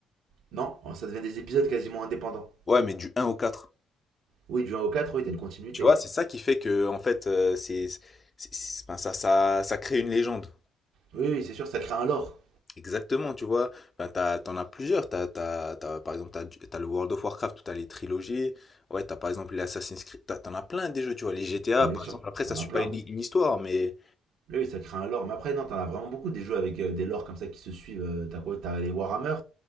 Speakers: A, on the right; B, on the left.
A: Non, oh, ça devient des épisodes quasiment indépendants.
B: Ouais, mais du un au quatre
A: Oui, du 1 au 4, oui, t'as une continuité,
B: Tu vois,
A: ouais.
B: c'est ça qui fait que, en fait, euh, c'est, c'est- c'est- enfin, ça, ça, ça crée une légende.
A: Oui, oui, c'est sûr, ça crée un lore.
B: Exactement, tu vois. Enfin, t'as, t'en as plusieurs. T'as, t'as, t'as- par exemple, t'as, du- t'as le World of Warcraft où t'as les trilogies. Ouais, t'as par exemple les Assassin's Creed. T'as- T'en as plein des jeux, tu vois. Les GTA,
A: Bah,
B: par
A: bien sûr,
B: exemple, après,
A: t'en
B: ça suit
A: as plein.
B: pas une, une histoire, mais.
A: Oui, oui, ça crée un lore. Mais après, non, t'en as vraiment beaucoup des jeux avec euh, des lores comme ça qui se suivent. euh, T'as quoi T'as les Warhammer,